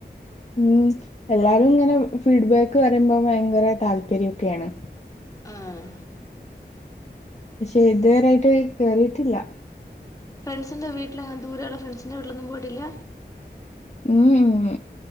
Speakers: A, on the left (about 40°); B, on the left (about 20°).
A: ഉം എല്ലാരും ഇങ്ങനെ ഫീഡ്ബാക്ക് പറയുമ്പോ ഭയങ്കര താല്പര്യംക്കെയാണ്
B: ആഹ്
A: പക്ഷെ ഇതുവരായിട്ട് കേറിയിട്ടില്ല
B: ഫ്രണ്ട്സിന്റെ വീട്ടിൽ അങ്ങനെ ദൂരെയോ ഫ്രണ്ട്സിന്റെ വീട്ടിലൊന്നും പോയിട്ടില്ല
A: മ്‌ഹ് ഉം